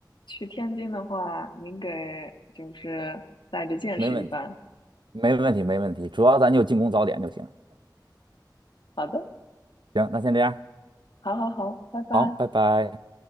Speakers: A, on the left (about 85°); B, on the right (about 85°).
A: 去天津的话，您给就是带着见识一番。
B: 没问题，没问题，没问题，主要咱就进攻早点就行。
A: 好的，
B: 行，那先这样，
A: 好好好，拜拜。
B: 好，拜拜。